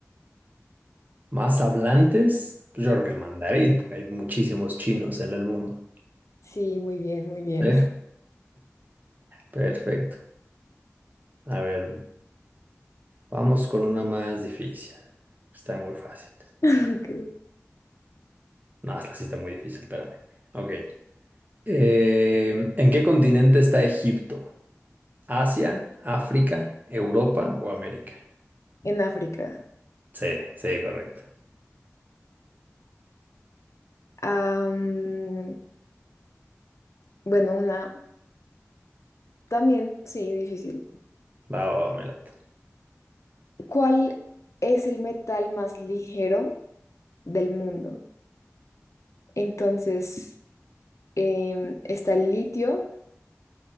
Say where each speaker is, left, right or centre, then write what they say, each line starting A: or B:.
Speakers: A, on the right (about 35°); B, on the left (about 70°).
A: ¿Más hablantes? Pues yo creo que el mandarín, porque hay muchísimos chinos en el mundo.
B: Sí, muy bien, muy bien.
A: ¿Eh?
B: <laughs>
A: Perfecto. A ver, vamos con una más difícil. Está muy fácil.
B: Ok.
A: No, esta sí está muy difícil, espérame. Ok. Eh, ¿en qué continente está Egipto? ¿Asia, África, Europa o América?
B: En África.
A: Sí, sí, correcto.
B: Am, bueno, una también, sí, difícil.
A: Va, va, va, me late.
B: ¿Cuál es el metal más ligero del mundo? Entonces, em, está el litio,